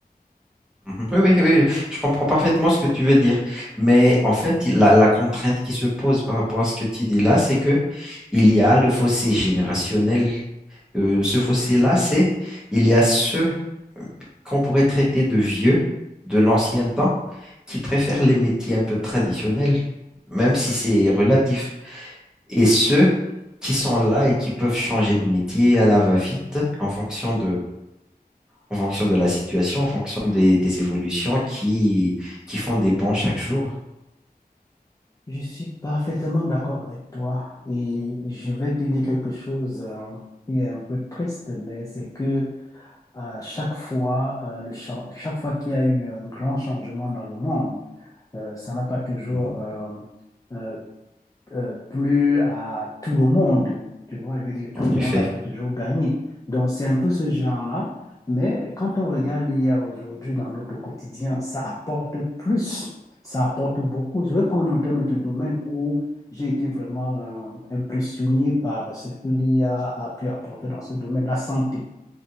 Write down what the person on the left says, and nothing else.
Je suis parfaitement d'accord avec toi et je vais te dire quelque chose euh, qui est un peu triste, mais c'est que à chaque fois, euh, le cha- chaque fois qu'il y a eu un grand changement dans le monde, euh, ça n'a pas toujours
euh, euh, euh, plus à tout le monde. Tu vois, je veux dire,
tout le
monde n'a pas toujours gagné. Donc, c'est un peu ce genre-là. Mais quand on regarde l'IA aujourd'hui dans notre quotidien, ça apporte plus. Ça apporte beaucoup. Je vais prendre un autre domaine où j'ai été vraiment euh, impressionné par ce que l'IA a a pu apporter dans ce domaine, la santé.